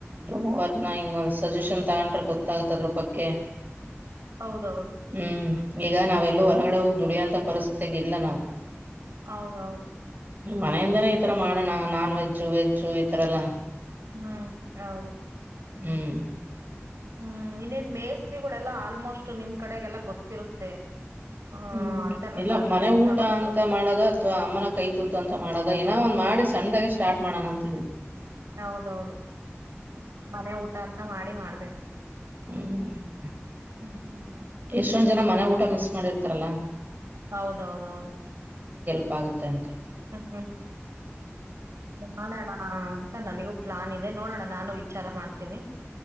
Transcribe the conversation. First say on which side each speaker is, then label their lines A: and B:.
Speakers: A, on the right; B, on the right.
A: ಮವರ್ನ ಹಿಂಗೊಂದ್ ಸಜೆಷನ್ ತಗೊಂಡ್ರೆ ಗೊತ್ತಾಗತ್ತ ಅದ್ರ ಬಗ್ಗೆ
B: ಹೌದೌದು
A: ಹ್ಮ್ ಈಗ ನಾವೆಲ್ಲೂ ಹೊರಗಡೆ ಹೋಗ್ ದುಡಿಯೋಂತ ಪರಿಸ್ಥಿತಿಗ ಇಲ್ಲ ನಾವು
B: ಹೌದೌದು
A: ಮನೆಯಿಂದನ ತರ ಮಾಡೋಣ ನಾನ್ ವೆಜ್ಜ್ ವೆಜ್ಜು ಈತರ ಎಲ್ಲ
B: ಹ್ಮ್ ಹೌದು
A: ಹ್ಮ್
B: ಹ್ಮ್ ಇನ್ನೇನ್ ಮೇಯಸ್ತ್ರಿಗಳೆಲ್ಲಾ ಆಲ್ಮೋಸ್ಟ್ ನಿಮ್ ಕಡೆಗೆಲ್ಲ ಗೊತ್ತಿರುತ್ತೆ ಹ
A: ಹ್ಮ್
B: ಅಂತರ್ನ
A: ಇಲ್ಲ
B: ಕಾಂಟೆಕ್ಟ್
A: ಮನೆ ಊಟ
B: ತಗೊಂಡು
A: ಅಂತ ಮಾಡೋದು ಅಥವಾ ಅಮ್ಮನ ಕೈ ತೂತ ಅಂತ ಮಾಡೋದು ಅ ಏೋ ಒ್ ಮಾಡಿ ಚಣ್ಣದಾಗ ಸ್ಟಾರ್ಟ್ ಮಾಡೋಣ ಅಂತಿದೆಿ
B: ಹೌದೌದು ಮನೆ ಊಟ ಅಂತ ಮಾಡಿ ಮಾಡ್ಬೇಕು
A: ಹ್ಮ
B: ಹ್ಮ್
A: ಎಷ್ಟೊಂದ್ ಜನ ಮನೆ ಊಟ ಮಿಸ್ ಮಾಡಿರ್ತಾರಲ್ಲಾ
B: ಹೌದೌದೌದು
A: ತಪ್ಪ ಆಗುತ್ತೆ ಅಂತ
B: ಹ್ಮ್ ಹ್ಮ್ ನೋಡೋಣ ಅಂತ ನನಗೂ ಪ್ಲಾನ್ ಇದೆ ನೋಡೋಣ ನಾನು ವಿಚಾರ ಮಾಡ್ತೀನಿ